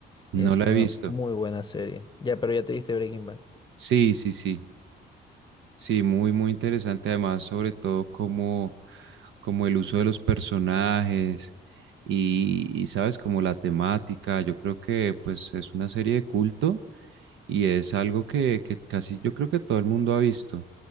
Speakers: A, on the right (about 75°); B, on the left (about 20°).
A: no
B: Es
A: la
B: una
A: he visto.
B: muy buena serie. Ya, pero ya te viste Breaking Bad.
A: Sí, sí, sí. Sí, muy, muy interesante. Además, sobre todo como, como el uso de los personajes y, y, sabes, como la temática. Yo creo que pues es una serie de culto y es algo que, que casi yo creo que todo el mundo ha visto.